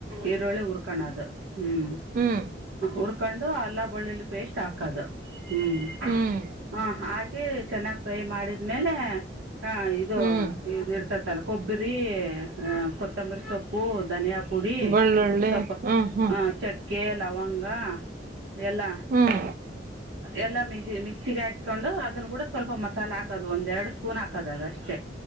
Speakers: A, on the right; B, on the right.
A: ಈರುಳ್ಳಿ ಹುರ್ಕಣದು ಹ್ಮ್
B: ಹ್ಮ್
A: ಉರ್ಕೊಂಡು ಅಲ್ಲಾ ಬಳ್ಳಿಲಿ ಪೇಸ್ಟ್ ಹಾಕೋದು ಹ್ಮ್
B: ಹ್ಮ್
A: ಹ ಹಾಕೆ ಚೆನ್ನಾಗ್ ಫ್ರೈ ಮಾಡಿದ್ಮೇಲೆ ಹ ಇದು
B: ಹ್ಮ್
A: ಇದ ಇರ ತ್ತಲ್ಲ ಕೊಬ್ಬರಿ ಹ ಕೊತ್ತಂಬರಿ ಸೊಪ್ಪು ಧನಿಯಾ ಪುಡಿ
B: ಬೆಳ್ಳುಳ್ಳಿ
A: ಸೊ
B: ಹ್ಮ್ ಹ್ಮ್
A: ಹ ಚಕ್ಕೆ ಲವ ಲವಂಗ ಎಲ್ಲ
B: ಹ್ಮ್
A: ಎಲ್ಲ ಮಿ ಮಿಕ್ಸಿಗೆ ಹಾಕಕೊಂಡು ಅದನ್ನ ಕೂಡ ಸ್ವಲ್ಪ ಮಸಾಲೆ ಹಾಕೋದು ಒಂದ್ ಎರಡು ಸ್ಪೂನ್ ಹಾಕದಾಗಷ್ಟೆ